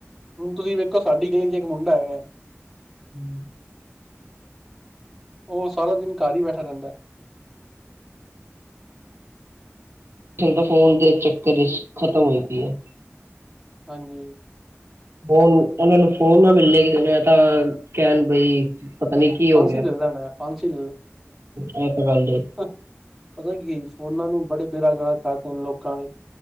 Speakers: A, in the centre; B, on the right.
A: ਹੁਣ ਤੁਸੀਂ ਵੇਖੋ ਸਾਡੀ ਗਲੀ'ਚ ਇੱਕ ਮੁੰਡਾ ਹੈਗਾ ਹੈ।
B: ਹਮ
A: ਉਹ ਹੁਣ ਸਾਰਾ ਦਿਨ ਘਰ ਹੀ ਬੈਠਾ ਰਹਿੰਦਾਏ।
B: ਠੀਕ ਹ ਫੋਨ ਦੇ ਚੱਕਰ ਵਿੱਚ ਖ਼ਤਮ ਹੋਈ ਪਈ ਹੈ।
A: ਹਾਂਜੀ
B: ਫੋਨ, ਉਹਨਾਂ ਨੂੰ ਫੋਨ ਨਾ ਮਿਲੇ ਕਿਣੇ ਤਾਂ ਕਹਿਣ ਬਈ ਪਤਾ ਨੀ ਕੀ ਹੋ
A: ਫਾਂਸੀ
B: ਗਿਆ।
A: ਲਿਲੇ ਨ, ਫਾਂਸੀ।
B: ਏ ਤਾਂ ਕੱਲ ਦੇ
A: ਹ, ਪਤਾ ਕੀ ਏ ਜੀ, ਫੋਨਾਂ ਨੇ ਬੜੇ ਬੇੜਾਗਰਕ ਕਰਤਾ ਲੋਕਾਂ ਨੇ।